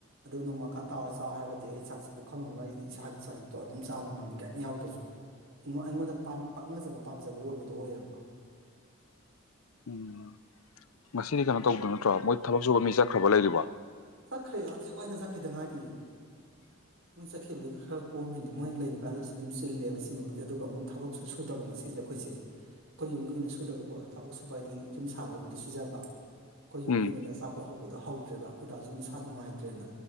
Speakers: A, on the right (about 70°); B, on the left (about 80°).
A: ꯑꯗꯨ ꯅꯣꯡꯃꯪꯈꯥ ꯇꯥꯎꯔ ꯆꯥꯎ ꯍꯥꯏꯔꯒꯗꯤ ꯑꯩ ꯆꯥꯛ ꯄꯨꯈꯝ ꯑꯃ ꯑꯩꯗꯤ ꯆꯥꯛ ꯁꯔꯨꯛꯇꯣ ꯑꯗꯨꯝ ꯆꯥꯕ ꯉꯝꯃꯤ ꯀꯩꯝ ꯌꯥꯎꯗ꯭ꯔꯁꯨ ꯑꯩ ꯑꯩꯉꯣꯟꯗ ꯄꯥꯟ ꯄꯛꯅꯖꯕ ꯄꯥꯝꯖꯕ ꯑꯣꯏꯕꯗꯣ ꯑꯣꯏꯌꯦꯕ ꯀꯣ
B: ꯎꯝ ꯉꯁꯤꯗꯤ ꯀꯩꯅꯣ ꯇꯧꯗ ꯅꯠꯇ꯭ꯔꯣ ꯃꯣꯏ ꯊꯕꯛ ꯁꯨꯕ ꯃꯤ ꯆꯠꯈ꯭ꯔꯕ ꯂꯩꯔꯤꯕꯣ
A: ꯆꯠꯈ꯭ꯔꯦ ꯍꯧꯖꯤꯛ ꯋꯥꯏꯗ ꯆꯠꯈꯤꯗ ꯉꯥꯏꯔꯤꯌꯦ
B: <inaudible>
A: ꯃꯣꯏ ꯆꯠꯈꯤꯕꯒꯤ ꯈꯔ ꯀꯣꯝꯃꯤꯅꯤ ꯃꯣꯏ ꯂꯩꯔꯤꯀꯥꯟꯗꯁꯨ ꯑꯗꯨꯝ ꯆꯤꯜꯂꯦꯕ ꯁꯤꯃꯕꯨꯗꯤ ꯑꯗꯨꯒ ꯑꯃꯨꯛ ꯊꯕꯛꯁꯨ ꯁꯨꯗꯕ ꯉꯁꯤꯁꯦ ꯑꯩꯈꯣꯏꯁꯦ ꯑꯩꯈꯣꯏ ꯌꯨꯝꯒꯤ ꯑꯣꯏꯅ ꯁꯨꯗꯕꯀꯣ ꯊꯕꯛ ꯁꯨꯕ ꯍꯥꯏꯗꯤ ꯌꯨꯝ ꯁꯥꯕꯒꯤꯗꯤ ꯁꯨꯖꯕ ꯑꯩꯈꯣꯏ ꯌꯨꯝꯒꯤ
B: ꯎꯝ
A: ꯑꯣꯏꯅꯗꯤ ꯑꯆꯥꯄꯣꯠ ꯍꯧꯕꯗꯣ ꯍꯧꯗ꯭ꯔꯦꯕ ꯑꯩꯈꯣꯏꯗꯥꯁꯨ ꯃꯁꯥ ꯅꯨꯡꯉꯥꯏꯇ꯭ꯔꯦꯅ